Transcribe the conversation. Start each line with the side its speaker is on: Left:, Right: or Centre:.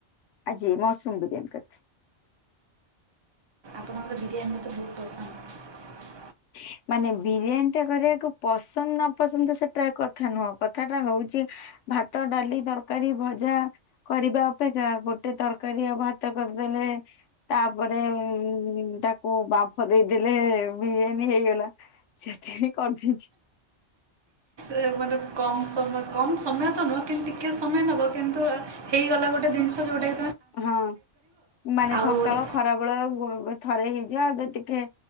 Left: ଆଜି ମଶ୍ରୁମ୍ ବିରିୟାନୀ କରିଥିଲି।
Right: ଆପଣଙ୍କର ବିରିୟାନୀ ମତେ ବହୁତ ପସନ୍ଦ।
Left: ହ ମାନେ ବିରିୟାନୀ ଟା କରିବାକୁ ପସନ୍ଦ ନପସନ୍ଦ ସେଟା କଥା ନୁହଁ କଥାଟା ହଉଛି ଭାତ, ଡାଲି, ତରକାରୀ, ଭଜା କରିବା ଅପେକ୍ଷା ଗୋଟେ ତରକାରୀ ଆଉ ଭାତ କରିଦେଲେ ତାପରେ ହୁଁ ତାକୁ ବାମ୍ଫ ଦେଇଦେଲେ ବିରିୟାନୀ ହେଇଗଲା। ସେଥିରେ କରଦେଇଛି।
Right: ଏ ମାନେ କମ୍ ସମୟ କମ୍ ସମୟ ତ ନୁହଁ କିନ୍ତୁ ଟିକେ ସମୟ ନବ କିନ୍ତୁ ହେଇଗଲା ଗୋଟେ ଜିନିଷ ଯୋଉଟା
Left: ହଁ, ମାନେ
Right: ଆଉ
Left: ସକାଳ, ଖରାବେଳେ <unintelligible> ଥରେ ହେଇଯିବ ଆଉ ଗୋ ଟିକେ